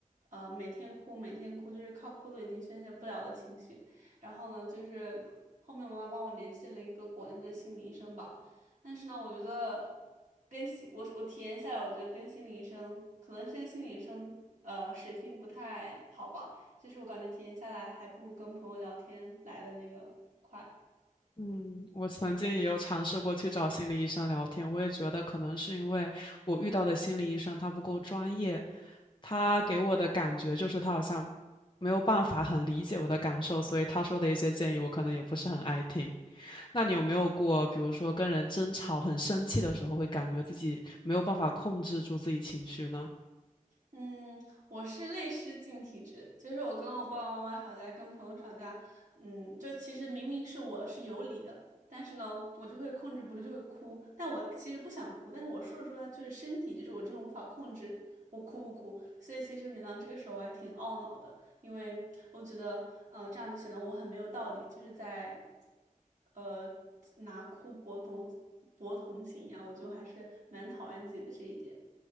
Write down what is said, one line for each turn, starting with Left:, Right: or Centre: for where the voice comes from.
Right: 呃，每天哭，每天哭，就是靠哭都已经宣泄不了的情绪。然后呢，就是后面我妈妈帮我联系了一个国内的心理医生吧。但是呢，我觉得跟心我我体验下来，我觉得跟心理医生可能现在心理医生呃水平不太好吧，就是我感觉体验下来还不如跟朋友聊天来的那个。快。
Left: 嗯，我曾经也有尝试过去找心理医生聊天，我也觉得可能是因为我遇到的心理医生他不够专业，他给我的感觉就是他好像没有办法很理解我的感受，所以他说的一些建议我可能也不是很爱听。那你有没有过，比如说跟人争吵很生气的时候，会感觉自己没有办法控制住自己情绪呢？
Right: 嗯，我是泪失禁体质，就是我跟我爸爸妈妈吵架，跟朋友吵架，嗯，就其实明明是我是有理的，但是呢，我就会控制不住就会哭，但我其实不想哭，但是我说着说着就是身体，就是我真的无法控制我哭不哭，所以其实每当这个时候我还挺懊恼的，因为我觉得，呃，这样就显得我很没有道理，就是在，呃，拿哭博同博同情一样，我就还是蛮讨厌自己的这一点。